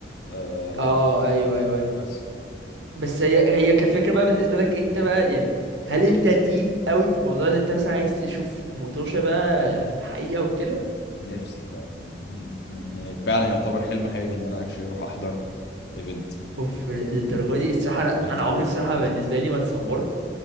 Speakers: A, on the left; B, on the right.
A: آم،
B: اه ايوه ايوه ايوه
A: بس
B: بس هي هي كفكره بقى بالنسبه لك انت بقى يعني هل انت ديب قوي في الموضوع اللي انت مثلا عايز تشوف موتوشا بقى في الحقيقه وكده
A: نفسي ده من من من يعني فعلا يعتبر حلم حياتي ان انا اكشلي اروح احضر ايفنت
B: اوف للدرجه دي الصراحه
A: ابقى
B: انا
A: فرونت
B: أنا عمري
A: رو في
B: الصراحه
A: ايفنت
B: بالنسبه لي ما اتصورت